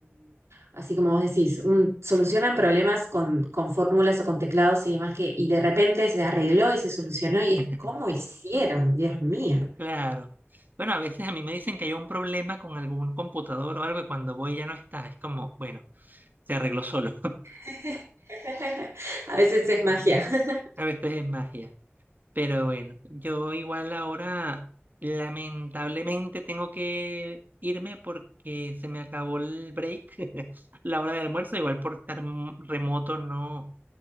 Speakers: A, on the right; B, on the right.
A: así como vos decís, un- solucionan problemas con, con fórmulas o con teclados y demás que, y de repente se arregló y se solucionó y es
B: <laughs>
A: como hicieron, Dios mío.
B: Claro. Bueno, a veces a mí me dicen que hay un problema con algún computador o algo y cuando voy ya no está. Es como, bueno, se arregló solo.
A: <laughs> A veces es magia.
B: <laughs>
A: <laughs>
B: A veces es magia. Pero bueno, yo igual ahora lamentablemente tengo que irme porque se me acabó el break, <laughs> la hora de almuerzo. Igual por estar m- remoto no,